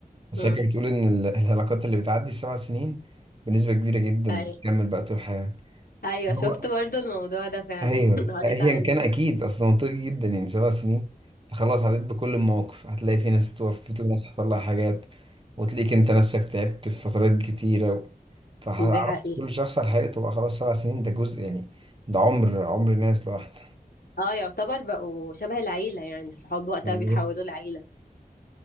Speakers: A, on the right (about 35°); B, on the left (about 70°).
A: بس
B: امم
A: هي كانت بتقول ان ال- <laughs> العلاقات اللي بتعدي السبع سنين بنسبه كبيره جدا
B: ايوه
A: بتكمل بقى طول الحياه
B: ايوه شفت
A: هو
B: برضو الموضوع ده فعلا
A: ايوه
B: <laughs> قريت
A: ايا
B: عنه
A: كان اكيد اصلا منطقي جدا يعني سبع سنين خلاص عديت بكل المواقف هتلاقي في ناس توفت وناس حصل لها حاجات وتلاقيك انت نفسك تعبت في فترات كتيره فعرفت
B: <laughs> دي حقيقة
A: كل شخص على حقيقته بقى خلاص سبع سنين ده جزء يعني ده عمر عمر ناس لوحده
B: اه يعتبر بقوا شبه العيلة يعني الصحاب وقتها
A: بالظبط
B: بيتحولوا لعيلة